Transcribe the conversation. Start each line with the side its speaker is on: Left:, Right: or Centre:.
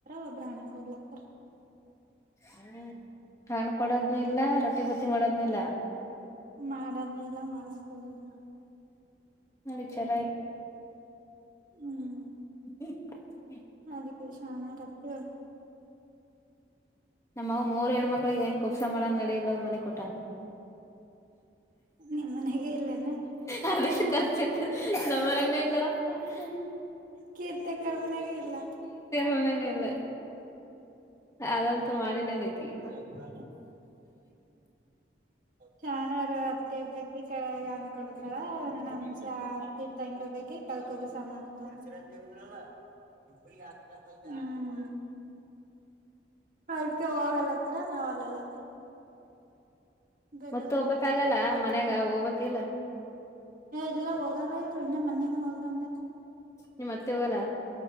Right: ಒಬ್್ರ ಹಣ ಕೊಡ್ಲಕ್ಕ
Left: ಹ ಹ ಕೊಡೋದ್ನು ಇಲ್ಲ ರೊಟ್ಟಿ ಬತ್ತಿ ಮಾಡೋದ್ ಇಲ್ಲ
Right: ಮಾಡದ್ನ ಇಲ್ಲ ಮಾಡಸ್ಕೊಿಲ್ಲ
Left: ನೋಡಿಚಾರ
Right: ಹ್ಮ್
Left: ಹ
Right: ಅದಕ್ಕೆ ಶಾಣ ರತ್ಯ
Left: ನಮ್ಮಗ ಮೂರ್ ಹೆಣ್ಮಕ್ಳಗ್ ಏನ್ ಕುಪ್ಸ ಮಾಡದ ನಡ ಇಲ್ಲಂದ್ ಮನೆ ಕೊಟ್ಟ
Right: ನಿಮ್ಮ್ ಮನೆಗೆ ಇಲ್ಲೇನ
Left: ಅ ಖರ್ಚತ್ತು ನಮ್ಮ ಇಲ್ಲ ಹ
Right: ಕ ತೆ ಕರ್ ಮನವ ಇಲ್ಲ
Left: ಮನ್ಯಾಗನ ಇಲ್ಲ ಅದಂತೂ
Right: ಏ
Left: ಮಾಡಿಲ್ಲೇನಕಿ
Right: ಕೆಡ ಚನಾರ ಅತ್ತಬೇಕ ಈ ಕ ಅಂದ್ಕೊಡ್ತಾರ ಒಂದ ನ್ಸ ಹತ್ತ ಇ ತಂಗಕೊಬೇಕ ಈ ಕಳ್ಕೊಬಸ ಮಾಡ್ತಾರ ಗಲ್ಲ ಇ ಹ್ಮ್ ಅದಕ್ಕೆ ಹೋಗಲತ್ತರ ನಾವ್ ಅಲ್ಲಲತ್ತ ಬೇಕಾದ್ರೆ
Left: ಮತ್ತ ಹೋಗ್ಬೇಕಾಗಲ್ಲ
Right: ರೊಟ್ಟ ಬಟ್ಟ ಕಡಬೇಕು
Left: ಮನ್ಯಾಗ ಹೋಗ್ಬೇಕಿಲ್ಲ
Right: ಇಲ್ಲ ಹೋಗ. ಹೋಗಲ್ಲ ಇರು ಇನ್ನೇ ಮೊೇನು ಹೋಗ್ ಬಂದ.
Left: ನಿಮ್ಮತ್ತೆ ಹೋಗಲ್ಲ.